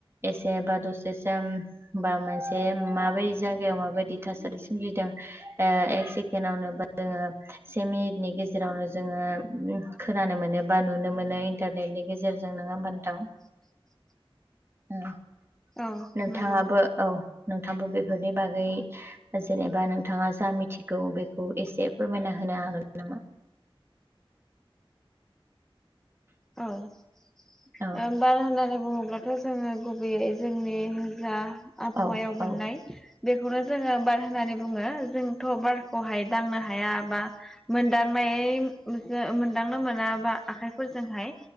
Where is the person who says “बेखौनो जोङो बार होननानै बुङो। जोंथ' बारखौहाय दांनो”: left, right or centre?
Centre